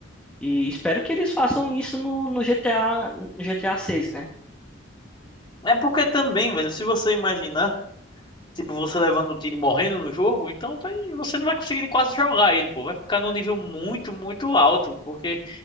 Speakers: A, in the centre; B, on the left (about 20°).
A: E espero que eles façam isso no, no GTA, no GTA 6, né?
B: É porque também, velho, se você imaginar. Tipo, você levando o time morrendo no jogo, então vai- você não vai conseguir quase jogar ele, pô. Vai ficar num nível muito, muito alto. Porque